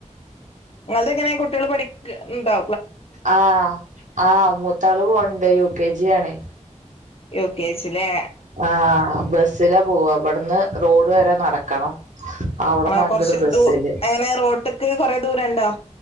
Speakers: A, on the left; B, on the right.
A: നിങ്ങൾടെ എങ്ങനെയാ കുട്ടികൾ പഠിക്ക ഉണ്ടോ
B: ആ ആ മൂത്താള് പോകുന്നുണ്ട് യൂ കെ ജി ആണേ
A: യു കെ ജി ലെ
B: ആഹ് ബസ് സ്സില പോവുക ഇവിടുന്ന് റോഡ് വരെ നടക്കണം അവിടന്ന്
A: ആണോ
B: അങ്ങട്
A: കുറച്ചു
B: ബസ്സില്
A: എങ്ങനെ റോഡിക്ക് കുറെ ദൂരം ഉണ്ടോ